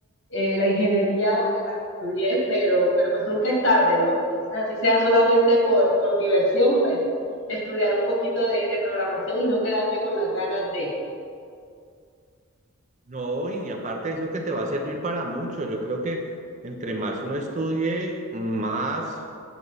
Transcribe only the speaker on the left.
eh, la ingeniería en la que estudié, pero, pero pues nunca es tarde, ¿no? Entonces así sea solamente por, por diversión, pues estudiar un poquito de, de programación y no quedarme con las ganas de...